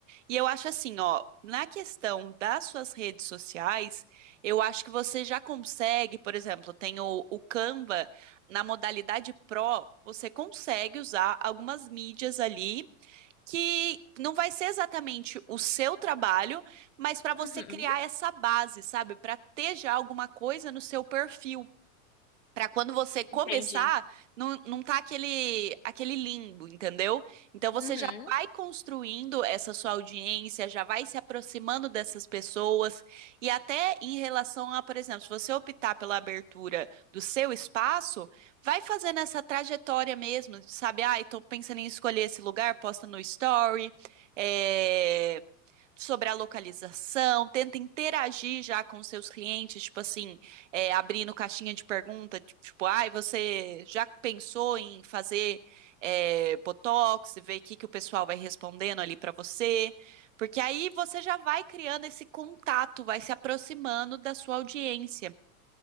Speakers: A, on the right; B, on the left.
A: E eu acho assim, ó, na questão das suas redes sociais, eu acho que você já consegue, por exemplo, tem o, o Canva na modalidade Pro, você consegue usar algumas mídias ali que não vai ser exatamente o seu trabalho, mas para você
B: uhum,
A: criar essa base, sabe? Para ter já alguma coisa no seu perfil. Pra quando você começar,
B: entendi.
A: não, não tá aquele, aquele limbo, entendeu? Então você
B: Uhum,
A: já vai construindo essa sua audiência, já vai se aproximando dessas pessoas. E até em relação a, por exemplo, se você optar pela abertura do seu espaço, vai fazendo essa trajetória mesmo, de, sabe? Ah, tô pensando em escolher esse lugar, posta no story, é, sobre a localização, tenta interagir já com seus clientes, tipo assim é, abrindo caixinha de pergunta, tipo, tipo, ai, você já pensou em fazer é, Botox e ver o que que o pessoal vai respondendo ali pra você? Porque aí você já vai criando esse contato, vai se aproximando da sua audiência.